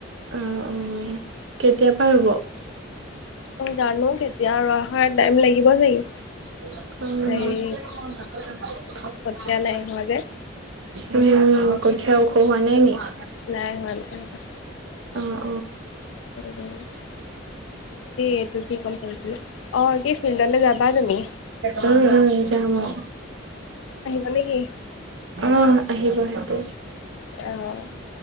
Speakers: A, on the right (about 70°); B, on the left (about 75°).
A: অ', অ', কেতিয়াৰ পৰা ৰুব?
B: ত জানো কেতিয়া ৰুৱা হয় টাইম লাগিব চাগে।
A: উম।
B: হেৰি কঠীয়া নাই হোৱা যে
A: উম, কঠীয়া ওখ হোৱা নাই নি। অ',
B: নাই হোৱা নাই হোৱা
A: অ'।
B: হেৰি এইটো কি ক'ম ভাবিছিলো অ কি ফিল্ডলৈ যাবা তুমি
A: উম, উম যাম অ'।
B: মানে কি?
A: উম আহিব সিহঁতে
B: অ',